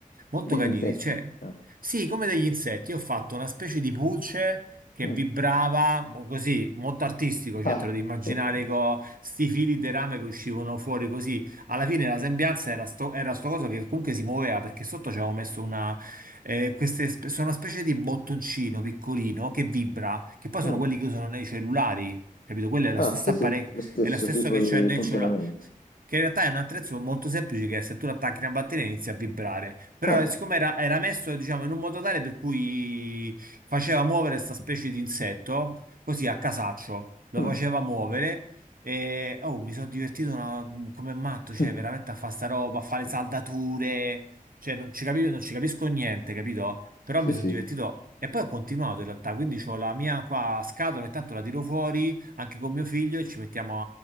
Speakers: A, on the right; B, on the left.
A: molto
B: Degli
A: carini,
B: insetti.
A: cioè,
B: Ah,
A: sì, come degli insetti. Io ho fatto una specie di pulce che
B: mm,
A: vibrava mo- così, molto artistico,
B: ah,
A: cioè te lo devi immaginare
B: sì.
A: con sti fili di rame che uscivano fuori così. Alla fine la sembianza era sto, era sto coso che comunque si muoveva perché sotto ci avevo messo una, eh, queste, spe- sono una specie di bottoncino piccolino che vibra, che poi sono
B: mm.
A: quelli che usano nei cellulari, capito? Quello è la
B: Ah,
A: stessa
B: sì, sì,
A: apparecchio,
B: lo stesso
A: è lo stesso
B: tipo
A: che
B: di
A: c'è nel
B: funzionamento.
A: cellulare. Che in realtà è un attrezzo molto semplice che se tu lo attacchi a una batteria inizia a vibrare. Però
B: Ah,
A: eh, siccome era, era messo, diciamo, in un modo tale per cui faceva muovere questa specie di insetto, così a casaccio, lo
B: mm,
A: faceva muovere e oh, mi sono divertito una- come matto,
B: <laughs>
A: cioè veramente a fare sta roba, a fare saldature, cioè non ci capivo, non ci capisco niente, capito? Però
B: Sì,
A: mi
B: sì,
A: sono divertito e poi ho continuato in realtà, quindi ho la mia qua scatola, ogni tanto la tiro fuori anche con mio figlio e ci mettiamo